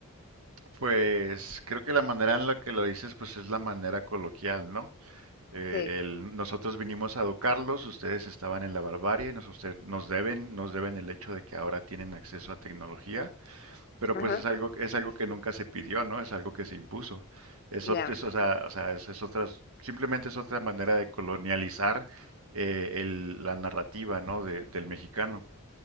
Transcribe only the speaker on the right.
Pues creo que la manera en la que lo dices, pues es la manera coloquial, ¿no? Eh,
el, nosotros vinimos a educarlos, ustedes estaban en la barbarie, nos, usted- nos deben, nos deben el hecho de que ahora tienen acceso a tecnología. pero
pues es algo, es algo que nunca se pidió, ¿no? Es algo que se impuso. Eso,
o sea, o sea, es, es otra, simplemente es otra manera de colonializar eh, el- la narrativa, ¿no? de- del mexicano.